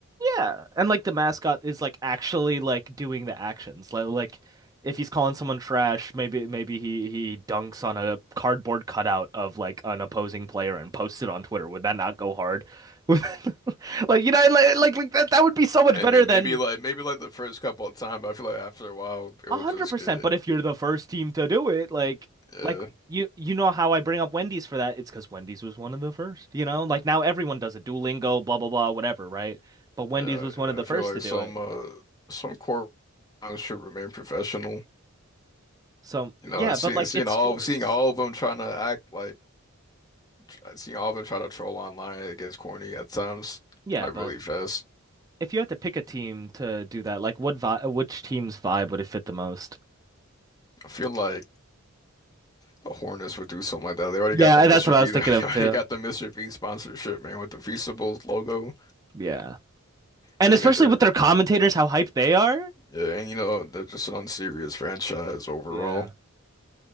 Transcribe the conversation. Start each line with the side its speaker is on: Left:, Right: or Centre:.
Right: Yeah, and like the mascot is like actually like doing the actions. Like like if he's calling someone trash, maybe maybe he he dunks on a cardboard cutout of like an opposing player and posts it on Twitter. Would that not go hard? <laughs> Like you know like like, like that that would be so much
Left: Hey
Right: better
Left: man,
Right: than
Left: maybe like maybe like the first couple of times, but I feel like after a while it
Right: 100%,
Left: will just get.
Right: but if you're the first team to do it, like
Left: Yeah.
Right: like you you know how I bring up Wendy's for that? It's because Wendy's was one of the first, you know? Like now everyone does it. Duolingo, blah blah blah, whatever, right? But Wendy's
Left: Yeah,
Right: was one
Left: yeah,
Right: of the
Left: I
Right: first
Left: feel like
Right: to do
Left: some
Right: it.
Left: uh some corporate should remain professional.
Right: So
Left: You
Right: yeah,
Left: know, seeing
Right: but like
Left: seeing
Right: it's
Left: all
Right: sports.
Left: seeing all of them trying to act like tr- seeing all of them try to troll online, it gets corny at times,
Right: Yeah,
Left: like
Right: but
Left: really fast.
Right: if you had to pick a team to do that, like what vi which team's vibe would it fit the most?
Left: I feel like the Hornets would do something like that. They already
Right: Yeah,
Left: got the Mr.
Right: that's what
Left: B,
Right: I was thinking
Left: <laughs> they
Right: of
Left: already
Right: too.
Left: got the Mr. B sponsorship, man, with the Feastables logo.
Right: Yeah. And
Left: And,
Right: especially
Left: you know, they're,
Right: with their commentators, how hyped they are.
Left: yeah, and you know they're just an unserious franchise overall.
Right: Yeah.